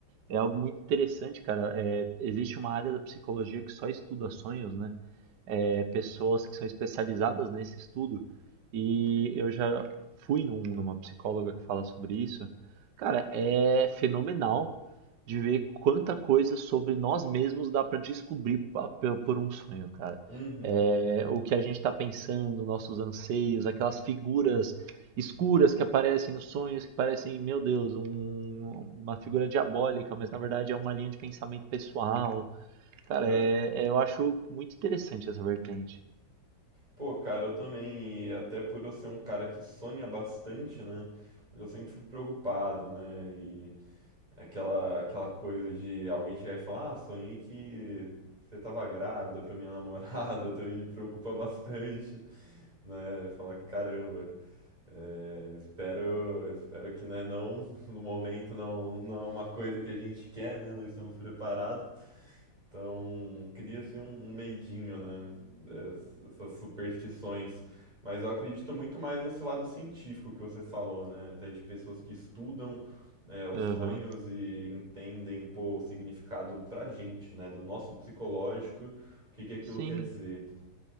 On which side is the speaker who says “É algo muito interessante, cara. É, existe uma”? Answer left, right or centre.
Right